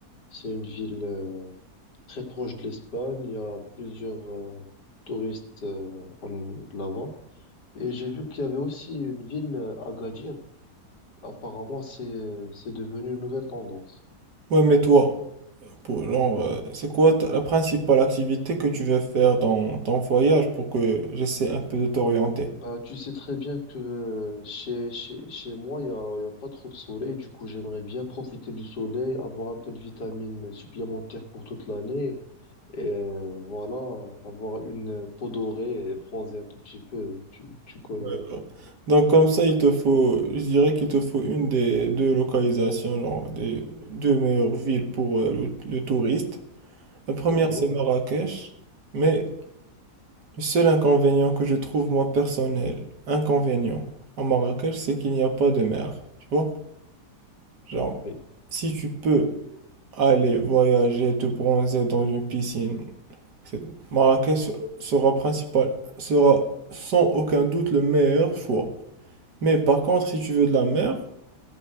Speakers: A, on the left; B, on the right.
A: c'est une ville euh, très proche de l'Espagne. Il y a plusieurs euh, touristes euh, en là-bas. Et j'ai vu qu'il y avait aussi une ville euh, Agadir. Apparemment, c'est c'est devenu une nouvelle tendance.
B: Ouais, mais toi, pour, genre, euh, c'est quoi ta- la principale activité que tu veux faire dans ton voyage pour que j'essaie un peu de t'orienter?
A: Bah, tu sais très bien que euh, chez, chez, chez moi, il n'y a, il y a pas trop de soleil. Du coup, j'aimerais bien profiter du soleil, avoir un peu de vitamines supplémentaires pour toute l'année. Et euh, voilà, avoir une peau dorée et bronzer un tout petit peu. Tu, tu connais,
B: D'accord. Donc comme ça, il te faut, je dirais qu'il te faut une des deux localisations, genre, des deux meilleures villes pour euh, le, le touriste. La première,
A: d'accord?
B: c'est Marrakech, mais le seul inconvénient que je trouve moi personnel, inconvénient à Marrakech, c'est qu'il n'y a pas de mer. Tu vois? Genre,
A: Oui.
B: si tu peux aller voyager, te bronzer dans une piscine, c'est- Marrakech sera principal, sera sans aucun doute le meilleur choix. Mais par contre, si tu veux de la mer,